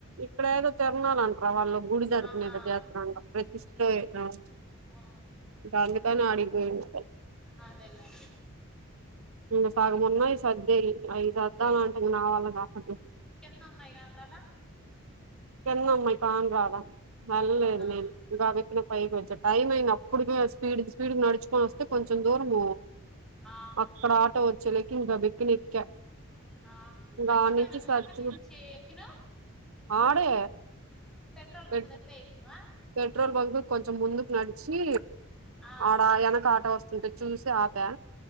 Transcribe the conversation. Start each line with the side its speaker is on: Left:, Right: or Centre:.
Right: ఇక్కడ ఏదో తిరాణాలంటార
Centre: ఆ,
Right: వాళ్ళు గుడితరుపునేదో
Centre: ఆహా
Right: చేత్తరంట <unintelligible>
Centre: ఆ,
Right: ఇక అందుకని ఆడికిపోయింది
Centre: అదేలే
Right: ఇంకా సగం ఉన్నయి సర్దేను అవి సర్దాలంటే
Centre: ఈ
Right: నావల్ల కాదు
Centre: కింద అమ్మాయి కానరాల
Right: కింద అమ్మాయి కానరాల వెళ్ళలేదు
Centre: అవునా
Right: నేను ఇప్పుడే పైకి వచ్చా టైం అయింది అప్పుడుకే స్పీడ్ స్పీడ్ నడుచు పోయి వస్తే కొంచెం దూరం
Centre: ఆ,
Right: అక్కడ ఆటో వచ్చేలకి ఇంకా గబిక్కిన ఎక్కా
Centre: ఆ
Right: ఇంకా
Centre: మర్చిపోయినా
Right: ఆడ నుంచి
Centre: నువ్వు
Right: సర్చు
Centre: ఎక్కడి నుంచి ఎక్కిను
Right: ఆడే
Centre: పెట్రోల్
Right: పెట్
Centre: బంక్ దగ్గరే ఎక్కినవా
Right: పెట్రోల్ బంక్ కొంచెం ముందుకు నడిచి
Centre: ఆ,
Right: ఆడ వెనక ఆట వస్తుంటే చూసి ఆప్ పా